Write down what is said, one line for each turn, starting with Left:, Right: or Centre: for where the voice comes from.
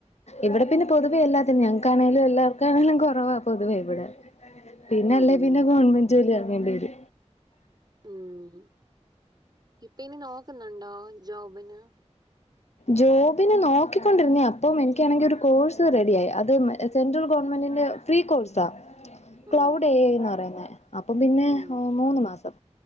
Left: ഇവിടെ പിന്നെ പൊതുവേ എല്ലാത്തിും ഞങ്ങക്കാണേങ്കലും എല്ലാർക്കാണേലും വാ പൊതുവേ ഇവിടെ പിന്നെല്ലേ
Right: ഉം ഉം
Left: പിന്നെ ഗവൺമെന്റ് ജോലിയാ വേണ്ടിയര്
Right: ഉം ഇപ്പ ഇനി നോക്കുന്നുണ്ടോ ജോബിന്
Left: ജോബിനെ നോക്കിക്കൊണ്ടിരുന്ന അപ്പം എനിക്കാണെങ്കിൽ ഒരു കോഴ്സ് റെഡിയ ആയി അത് സെൻട്രൽ ഗവൺമെന്റ് <unintelligible> ഫ്രീ കോഴ്സാ ക്ലൗഡ്
Right: ഉം
Left: ഏ ഐ എന്ന് പറയുന്നേ അപ്പൊ പിന്നെ
Right: ഉം
Left: മൂന്ന് മാസം